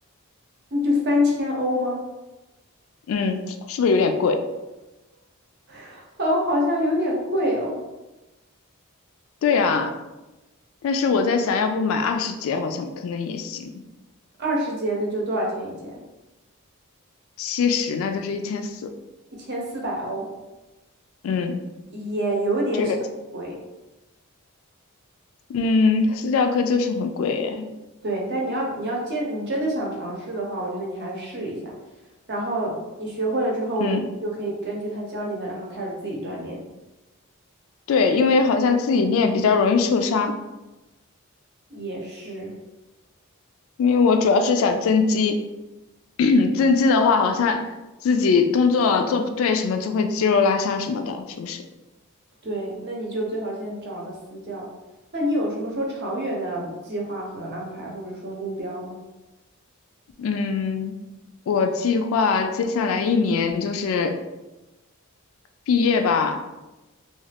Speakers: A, on the right; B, on the left.
A: 那就三千欧吗？
B: 嗯，是不是有点贵？
A: <laughs> 好，好像有点贵哦。
B: 对啊，但是我在想，要不买二十节好像可能也行。
A: 二十节那就多少钱一件？
B: 七十，那就是一千四。
A: 一千四百欧，
B: 嗯，
A: 也有点小贵。
B: 这个，嗯，私教课就是很贵哎。
A: 对，但你要你要坚，你真的想尝试的话，我觉得你还是试一下。然后你学会了之后，我觉得你就可以根据他教你的，
B: 嗯，
A: 然后开始自己锻炼。
B: 对，因为好像自己练比较容易受伤，
A: 也是，
B: 因为我主要是想增肌，<coughs> <clears throat> 增肌的话好像自己动作做不对什么就会肌肉拉伤什么的，是不是？
A: 对，那你就最好先找个私教。那你有什么说长远的计划和安排，或者说目标吗？
B: 嗯，我计划接下来一年就是毕业吧，